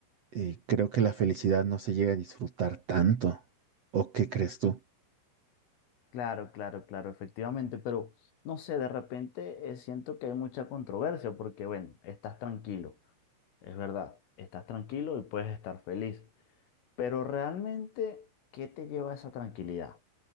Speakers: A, on the right; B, on the left.
A: eh, creo que la felicidad no se llega a disfrutar tanto. ¿O qué crees tú?
B: Claro, claro, claro, efectivamente, pero no sé, de repente eh, siento que hay mucha controversia porque, bueno, estás tranquilo, es verdad, estás tranquilo y puedes estar feliz. Pero realmente, ¿qué te lleva a esa tranquilidad?